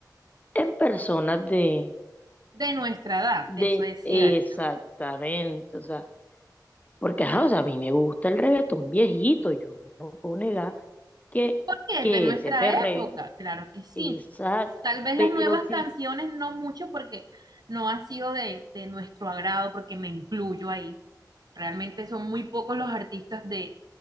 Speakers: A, on the left; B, on the right.
A: en personas de,
B: De nuestra edad,
A: de,
B: eso es
A: exactamente,
B: cierto.
A: o sea, Porque, ajá, o sea, a mí me gusta el reggaetón viejito, yo no puedo negar que,
B: ¿Por qué?
A: que
B: De nuestra
A: ese perreo,
B: época, claro que sí.
A: exacto,
B: Tal vez
A: pero
B: las nuevas
A: sí,
B: canciones no mucho porque no ha sido de, de nuestro agrado, porque me incluyo ahí. Realmente son muy pocos los artistas de,